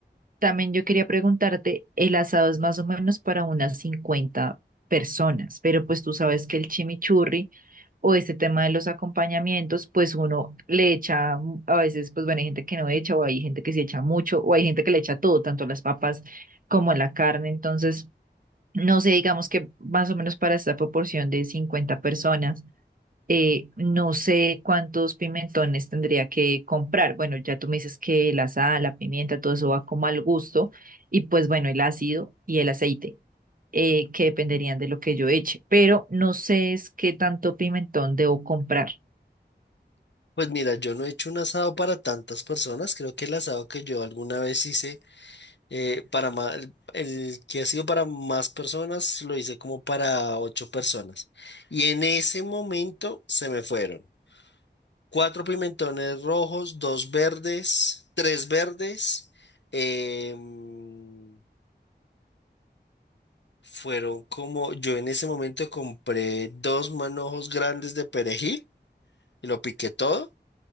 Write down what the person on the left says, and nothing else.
Pues mira, yo no he hecho un asado para tantas personas. Creo que el asado que yo alguna vez hice Eh, para ma- el, el que ha sido para más personas, lo hice como para ocho personas. Y en ese momento se me fueron cuatro pimentones rojos, dos verdes, tres verdes. em, fueron como, yo en ese momento compré dos manojos grandes de perejil y lo piqué todo.